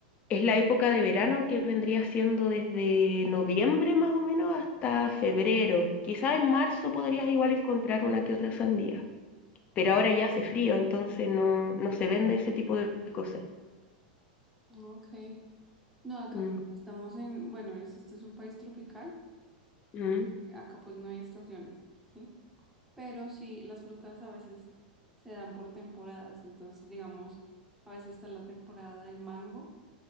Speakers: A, on the left; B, in the centre.
A: Es la época de verano que vendría siendo desde noviembre más o menos hasta febrero. Quizás en marzo podrías igual encontrar una que otra sandía, pero ahora ya hace frío, entonces no, no se vende ese tipo de cosas.
B: Ok. No, acá
A: Mm,
B: como estamos en, bueno, es- este es un país tropical,
A: mm,
B: acá pues no hay estaciones, ¿sí? Pero sí, las frutas a veces se dan por temporadas, entonces digamos, a veces está la temporada del mango,